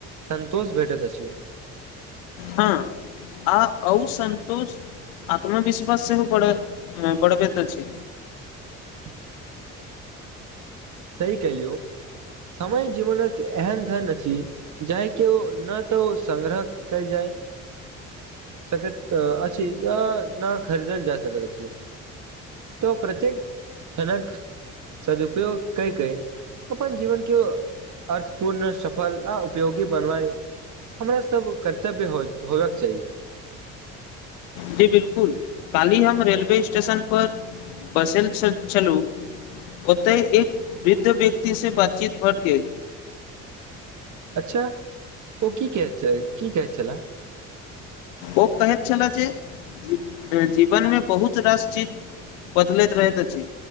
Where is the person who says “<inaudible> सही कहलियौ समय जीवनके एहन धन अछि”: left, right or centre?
Right